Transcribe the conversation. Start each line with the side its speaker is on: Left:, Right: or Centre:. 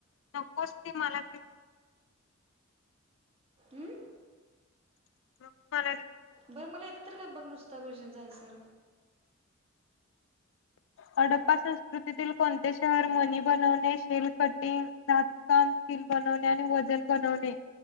Left: नकोच ते मला....
Right: आम्
Left: <inaudible>
Right: बरं मला येतं तर का बघ नुसता क्वेश्चनचा आन्सर
Left: हडप्पा संस्कृतीतील कोणते शहर मणी बनवणे, शेल कटिंग, धातूकाम, सील बनवणे, आणि वजन बनवणे